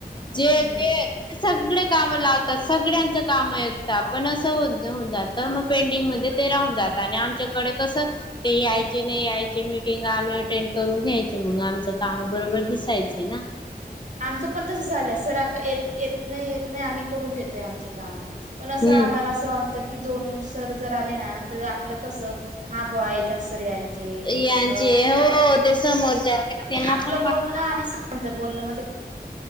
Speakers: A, on the left; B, on the right.
A: जे
B: हम्म
A: ज सगळे काम लावतात सगळ्यांच काम एकत पण असं हो होऊन जात मग पेंडिंग मध्ये ते राहन जात आणि आमच्याकडे कस ते यायचे नाही यायचे मीटिंग आम्ही अटेंड करून घ्यायचे मग आमच कामा बरोबर दिसायचे ना
B: आमचं पण तसं झालंय सर आता येत येत नाही येत नाही आम्ही करून घेतोय आमची काम पण असं
A: हम्म
B: आम्हाला असं वाटत की दोन सर जर आले ना, तर आपलं कस हाबवा येतात स््रियांचे
A: यांचे
B: अ,
A: हो ते समोरच्या व्यक्तींना
B: आणि आपलं
A: पण
B: बोलण आणि सर चाय बोलण्या म,